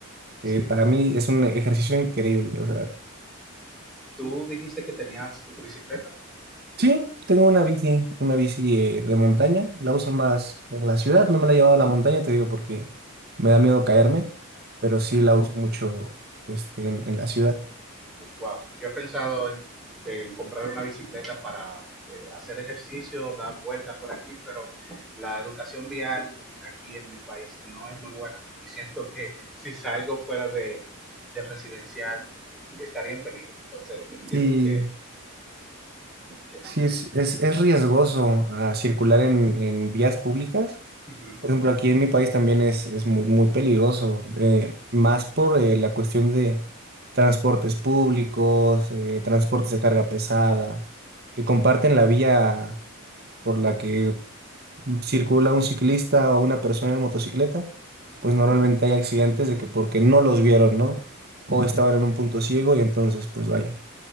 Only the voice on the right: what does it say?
Eh, para mí es un ejercicio increíble. O sea,
sí, tengo una bici, una bici eh, de montaña. La uso más en la ciudad. No me la he llevado a la montaña, te digo, porque me da miedo caerme, pero sí la uso mucho este, en, en la ciudad.
Sí,
sí es, es, es riesgoso ah, circular en, en vías públicas
Por ejemplo, aquí en mi país también es, es muy, muy peligroso, eh, más por eh, la cuestión de transportes públicos, eh, transportes de carga pesada, que comparten la vía por la que circula un ciclista o una persona en motocicleta,
pues normalmente hay accidentes de que porque no los vieron, ¿no? O estaban en un punto ciego y entonces, pues vaya.